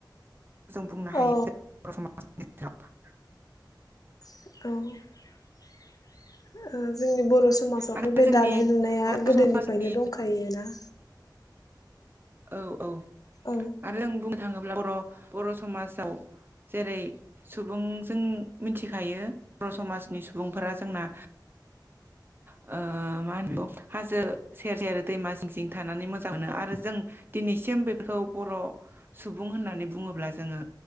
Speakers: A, on the right; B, on the left.
A: जों बुंनो हायो
B: औ
A: बर' समाज इथ <unintelligible>
B: औ ओ जोंनि बर' समाजावथ'
A: आरो
B: बे
A: जोंनि
B: दानाय लुनाया
A: बर'
B: गोदोनिफ्रायनो
A: समाजनि
B: दंखायो ना।
A: औ औ
B: औ
A: आरो आं बुङो। थाङोब्ला बर' बर'समाजाव जेरै सुबुंजों मिन्थिखायो बर' समाजनि सुबुंफोरा जोंना ओ मा होनो बेखौ हाजो सेर सेर दैमा जिं जिं थानानै मोजां मोनो आरो जों दिनैसिम बेफोरखौ बर' सुबुं होननानै बुङोब्ला जोङो